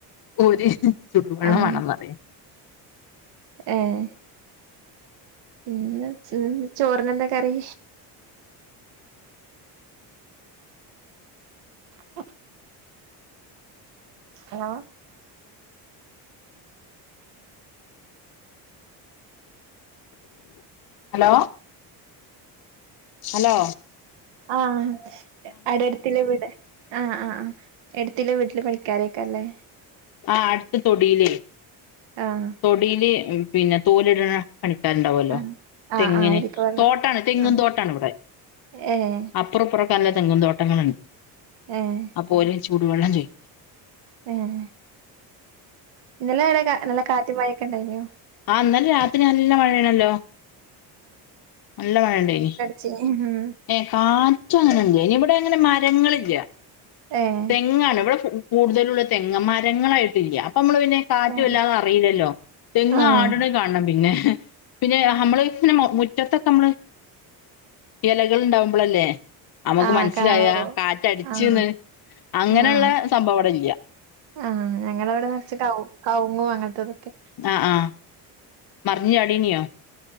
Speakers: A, on the left; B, on the right.
A: ഓര് ചുടുവെള്ളംമാണം
B: ആഹ്
A: പറേനി.
B: ഏഹ്, പിന്നെ ചോ ചോറിനെന്താ കറി <inaudible> ഹലോ
A: <inaudible> ഹലോ, ഹലോ
B: ആഹ് അടെട്ത്തില്ലെ വീട് ആഹ്, ആഹ്, ആഹ് എട്ത്തില്ലെ വീട്ടില് പണിക്കാരേക്കാരം ലെ
A: ആഹ് അട്ത്ത് തൊടീലേ
B: ആഹ്.
A: തൊടീല് പിന്നെ തോല്ട്ണെ പണിക്കാര്ണ്ടാവല്ലോ
B: ആഹ്
A: തെങ്ങിന്
B: ആഹ് ഓലിക്ക് വെള്ളം
A: തോട്ടാണ് തെങ്ങും
B: ആഹ്
A: തോട്ടാണ് ഇവ്ടെ.
B: ഏഹ്
A: അപ്പ പ്പ്റും ഇപ്പ്റും നല്ലെ തെങ്ങും തോട്ടങ്ങള്ണ്ട്.
B: ഏഹ്.
A: അപ്പോല് ചുടുവെള്ളം ചോയ്
B: ഏഹ്, ഇന്നലെ അടെ കാ നല്ല കാറ്റും മഴൊക്കെ ഇണ്ടായിനോ
A: ആഹ് ഇന്നലെ രാത്രി നല്ലെ മഴേണല്ലോ, നല്ല മഴണ്ടായിനി.
B: ച്ചി ഹ് ഹ്മ്മ്.
A: ഏഹ് കാറ്റങ്ങനെല്ലേനി ഇവടെ അങ്ങനെ മരങ്ങളില്ല
B: ഏഹ്
A: തെങ്ങാണ് ഇവടെ ഫു കൂടുതലുള്ളെ തെങ്ങ മരങ്ങളായിട്ടില്ല അപ്പ ഞമ്മള് പിന്നെ കാറ്റ്
B: ഏഹ്
A: വല്ലാതെ അറീല്ലല്ലോ തെങ്ങ്
B: ആഹ്
A: ആട്ണെ കാണണം പിന്നെ പിന്നെ ഹമ്മള് പിന്നെ മുറ്റത്തൊക്കെ അമ്മള് എലകള്ണ്ടാവുമ്പളല്ലേ അമ്മക്ക്
B: ആഹ്
A: മനസ്സിലായ
B: കാണുള്ളൂ
A: കാറ്റടിച്ച്ന്ന്
B: ആഹ്
A: അങ്ങനെള്ള
B: ആഹ്
A: സംഭവം ഇവടെല്ല.
B: ആഹ് ഞങ്ങവിടെ നെർച്ച് കൗ കവുങ്ങും അങ്ങൻത്തെ ഇതൊക്കെ
A: ആ ആ മറിഞ്ഞ് ചാടീനോ